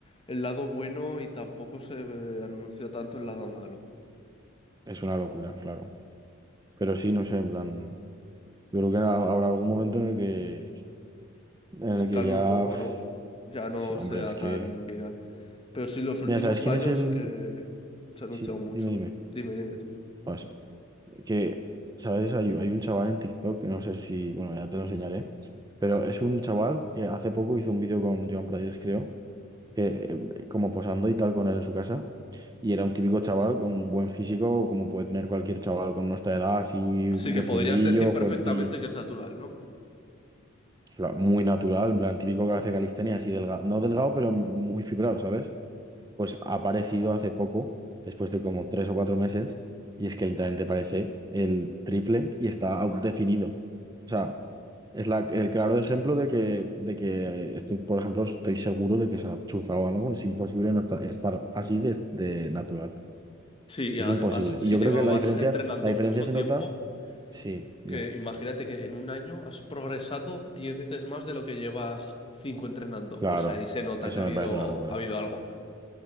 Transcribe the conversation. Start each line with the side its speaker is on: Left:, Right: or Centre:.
Left: el lado bueno y tampoco se ve- anuncia tanto el lado malo.
Right: Es una locura, claro. Pero sí, no sé, en plan... Yo creo que ha- habrá algún momento en el que, en
Left: Se
Right: el que
Left: calma
Right: ya...
Left: un poco, ¿no? Ya no
Right: Sí, hombre,
Left: sea
Right: es que...
Left: tan viral. Pero sí, los últimos
Right: Mira, ¿sabes quién
Left: años
Right: es el...?
Left: sí que se ha anunciado
Right: Sí, dime,
Left: mucho.
Right: dime.
Left: Dime, dime tú.
Right: Pues, que, ¿sabes? Hay, hay un chaval en TikTok, que no sé si... Bueno, ya te lo enseñaré. Pero es un chaval que hace poco hizo un vídeo con Joan Players, creo, que eh, como posando y tal con él en su casa. Y era un típico chaval con un buen físico, como puede tener cualquier chaval con nuestra edad, así
Left: Sí
Right: definidillo,
Left: que podrías decir
Right: fuerte,
Left: perfectamente
Right: y-
Left: que es natural, ¿no?
Right: la- muy natural, en plan típico que hace calistenia, así delgado, no delgado, pero muy fibrado, ¿sabes? Pues ha aparecido hace poco, después de como tres o cuatro meses, y es que literalmente parece el triple y está out- definido. O sea, es la, el claro ejemplo de que, de que eh, estoy, por ejemplo, estoy seguro de que se ha chuzado algo, es imposible no estar, estar así de de natural.
Left: Sí, y
Right: Es
Left: además,
Right: imposible.
Left: si
Right: Y yo
Left: llevabas
Right: creo que la diferencia,
Left: entrenando
Right: la diferencia
Left: mucho
Right: se
Left: tiempo,
Right: nota. Sí, dime.
Left: que imagínate que en un año has progresado 10 veces más de lo que llevas 5 entrenando,
Right: Claro,
Left: pues ahí se nota
Right: eso
Left: que ha habido,
Right: me parece una locura.
Left: ha habido algo.